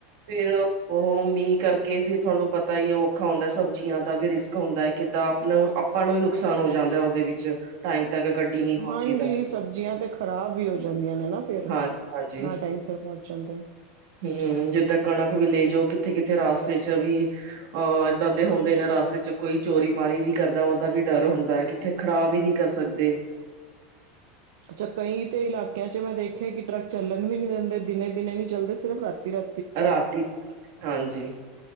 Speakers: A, on the right; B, on the right.
A: ਫੇਰ ਉਹ ਮੀਂਹ ਕਰਕੇ ਫਿਰ ਤੁਹਾਨੂੰ ਪਤਾ ਈ ਔਖਾ ਹੁੰਦਾ, ਸਬਜ਼ੀਆਂ ਦਾ ਵੀ ਰਿਸਕ ਹੁੰਦਾ। ਕਿੱਦਾਂ ਆਪ ਨੂੰ ਆਪਾਂ ਨੂੰ ਹੀ ਨੁਕਸਾਨ ਹੋ ਜਾਂਦਾ, ਉਹਦੇ ਵਿੱਚ। ਟਾਈਮ ਤੱਕ ਗੱਡੀ ਨਹੀਂ ਪਹੁੰਚੀ
B: ਹਾਂਜੀ,
A: ਤਾਂ
B: ਸਬਜ਼ੀਆਂ ਤੇ ਖ਼ਰਾਬ ਵੀ ਹੋ ਜਾਂਦੀਆਂ ਨੇ ਨਾ ਫੇਰ।
A: ਹਾਂ ਹਾਂਜੀ।
B: ਨਾ ਟਾਈਮ ਸਿਰ ਪਹੁੰਚ ਹੁੰਦੈ
A: ਹੂੰ, ਜਿੱਦਾਂ ਕਣਕ ਵੀ ਲੇਜੋ ਕਿੱਥੇ-ਕਿੱਥੇ ਰਸਤੇ ਚ ਵੀ ਆ, ਏਦਾਂ ਦੇ ਹੁੰਦੇ ਨੇ, ਰਸਤੇ ਚ ਕੋਈ ਚੋਰੀ-ਮਾਰੀ ਵੀ ਕਰਦਾ, ਉਹਦਾ ਵੀ ਡਰ ਹੁੰਦਾ ਐ, ਕਿੱਥੇ ਖੜਾ ਵੀ ਨੀ ਕਰ ਸਕਦੇ।
B: ਚ, ਕਈ ਤੇ ਇਲਾਕਿਆਂ ਮੈਂ ਦੇਖੇ ਕਿ ਟਰੱਕ ਚੱਲਣ ਵੀ ਨਹੀਂ ਦਿੰਦੇ, ਦਿਨੇ-ਦਿਨੇ ਨੀ ਚੱਲਦੇ ਸਿਰਫ ਰਾਤੀ-ਰਾ
A: ਰਾਤੀ <unintelligible> ਹਾਂਜੀ।